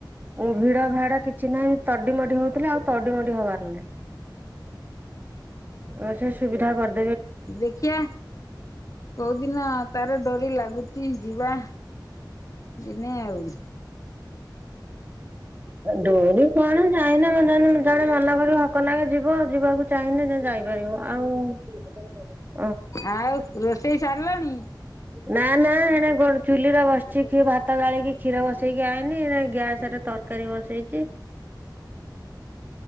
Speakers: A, on the right; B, on the left.
A: ଉମ୍-ଭିଡ ଭାଡ କିଛି ନାହିଁ ତଡିମଡି ହୋଉଥୁଲେ ଆଉ ତଡିମଡି ହବାର ନାହିଁ ଓ ସେ ସୁବିଧା କର
B: ଦେଖିଆ କୋଉଦିନ ତାର ଡୋରି ଲାଗୁଛି ଯିବା, ଦିନେ ଆଉ
A: ଦଡୋରି କଣ ଯଏନା ମେ <unintelligible> ଜଣେ ମନ କରିବ -ହକ ଲାଗେ ଯିବ, ଯିବାକୁ ଚାହିଁଲେ ଯାଇପାରିବ ଆଉ ହ <unintelligible>
B: ଆଉ ରୋଷେଇ ସାରିଲଣି?
A: ନା ନା ଏଣ ଗୋ ଚୁଲିର ବସିଛି- ଭାତ ଗାଳିକ, କ୍ଷୀର ବସେଇକି ଆଇନି, ଏ ଗ୍ୟାସରେ ତରକାରୀ ବସେଇଛି,